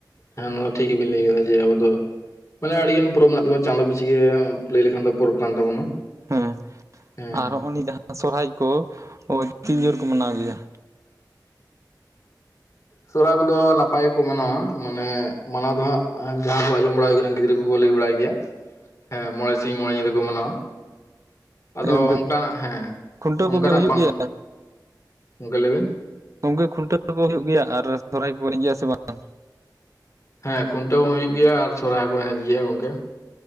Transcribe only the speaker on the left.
ᱦᱮᱸ ᱱᱚᱣᱟ ᱴᱷᱤᱠ ᱜᱮᱵᱤᱱ ᱞᱟᱹᱭ ᱠᱟᱫᱟ ᱡᱮ ᱟᱵᱚ ᱫᱚ ᱢᱟᱱᱮ ᱟᱹᱰᱤ ᱜᱟᱱ ᱯᱚᱨᱚᱵ ᱢᱮᱱᱟᱜ ᱛᱟᱵᱚ ᱪᱟᱸᱫᱚ ᱯᱤᱪᱷᱤ ᱜᱮ ᱞᱟᱹᱭ ᱞᱮᱠᱷᱟᱱ ᱫᱚ ᱯᱚᱨᱚᱵᱽ ᱠᱟᱱ ᱛᱟᱵᱚᱱᱟ᱾
ᱦᱮᱸ
ᱦᱮᱸ
ᱥᱚᱨᱟ ᱠᱚᱫᱚ ᱱᱟᱯᱟᱭ ᱜᱮᱠᱚ ᱢᱟᱱᱟᱣᱟ ᱢᱟᱱᱮ ᱢᱟᱱᱟᱣ ᱫᱚ ᱦᱟᱸᱜ ᱡᱟᱦᱟᱸ ᱠᱚ ᱟᱸᱡᱚᱢ ᱵᱟᱲᱟᱭ ᱠᱟᱱᱟ ᱜᱤᱫᱽᱨᱟᱹ ᱠᱚᱠᱚ ᱞᱟᱹᱭ ᱵᱟᱲᱟᱭ ᱜᱮᱭᱟ ᱦᱮᱸ ᱢᱚᱬᱮ ᱥᱤᱸᱧ ᱢᱚᱬᱮ ᱧᱤᱸᱫᱟᱹ ᱠᱚ ᱢᱟᱱᱟᱣᱟ᱾ ᱟᱫᱚ
ᱚᱝᱠᱟᱱᱟᱜ ᱦᱮᱸ
ᱚᱝᱠᱟᱱᱟᱜ
ᱵᱟᱝ
ᱚᱝᱠᱮ ᱞᱟᱹᱭᱵᱤᱱ
ᱦᱮᱸ ᱠᱷᱩᱱᱴᱟᱹᱣ ᱦᱚᱸ ᱦᱩᱭᱩᱜ ᱜᱮᱭᱟ ᱟᱨ ᱥᱚᱨᱦᱟᱭ ᱦᱚᱸᱠᱚ ᱮᱱᱮᱡ ᱜᱮᱭᱟ ᱜᱚᱝᱠᱮ᱾